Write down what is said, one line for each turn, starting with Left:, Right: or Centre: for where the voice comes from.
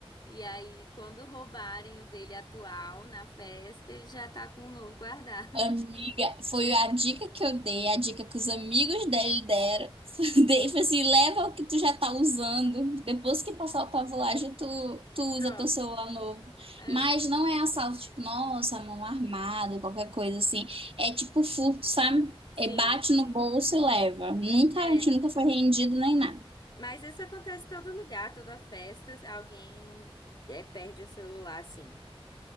Left: E aí, quando roubarem o dele atual na festa, ele já tá com o novo guardado.
Right: Amiga, foi a dica que eu dei, a dica que os amigos dele deram. <laughs> Dei, falei assim, leva o que tu já tá usando. Depois que passar a pavulagem, tu, tu
Left: <laughs>
Right: usa
Left: Troca.
Right: teu celular novo.
Left: É.
Right: Mas não é assalto, tipo, nossa, mão armada, qualquer coisa assim. É tipo furto, sabe?
Left: Sim,
Right: É bate no
Left: sim.
Right: bolso e leva. Nunca,
Left: É.
Right: a gente nunca foi rendido nem nada.
Left: Mas isso acontece em todo lugar, toda festa, alguém é, perde o celular, sim.